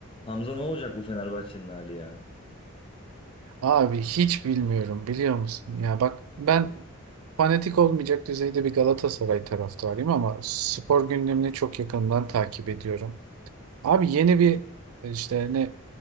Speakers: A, on the left; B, on the right.
A: Hamza ne olacak bu Fenerbahçe'nin hali ya?
B: Abi hiç bilmiyorum biliyor musun? Ya bak ben fanatik olmayacak düzeyde bir Galatasaray taraftarıyım ama spor gündemini çok yakından takip ediyorum. Abi yeni bir işte ne